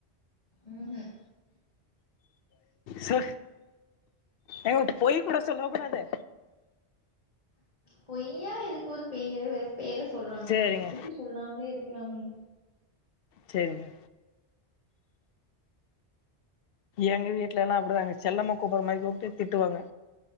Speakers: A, on the left; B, on the left.
A: ம் ஹு
B: சொ ஏங்க பொய் கூட சொல்ல கூடாது
A: பொய்யா எதுக்கு ஒரு பெயர் பேர சொல்லணு
B: சேரிங்க
A: அதுக்கு சொல்லாமே இருக்லாமே
B: செரிங்க எங்க வீட்ல எல்லா அப்டிதாங்க செல்லம்மா கூப்புற மாரி கூப்ட்டு திட்டுவாங்க